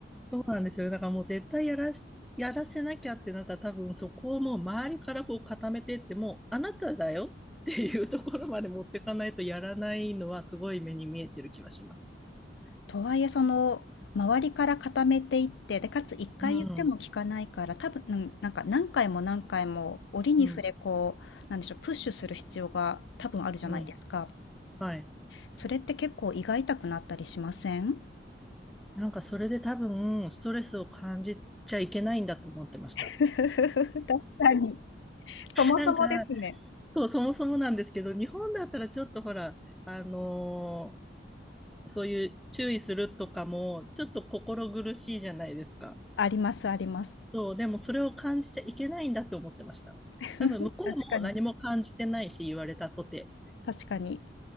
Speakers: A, in the centre; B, on the left.
A: そうなんですよ。だからもう絶対やらし、やらせなきゃってなったら多分そこをもう周りからこう固めてってもうあなただよっていうところまで持ってかないとやらないのはすごい目に見えてる気はします。
B: とはいえ、その、周りから固めていって、で、かつ1回言っても聞かないから、
A: うん。
B: 多分、うん、なんか何回も何回も折に触れこう、
A: うん。
B: なんでしょう、プッシュする必要が多分あるじゃないですか。
A: うん。はい。
B: それって結構胃が痛くなったりしません？
A: なんかそれで多分ストレスを感じちゃいけないんだと思ってました。
B: <laughs> 確かに。そもそもですね。
A: なんか、そう、そもそもなんですけど、日本だったらちょっとほら、あのーそういう注意するとかも、ちょっと心苦しいじゃないですか。
B: ありますあります。
A: そう、でもそれを感じちゃいけないんだって思ってました。
B: <laughs>
A: 多分向こうも何も感じてないし、
B: 確かに
A: 言われたとて。
B: 確かに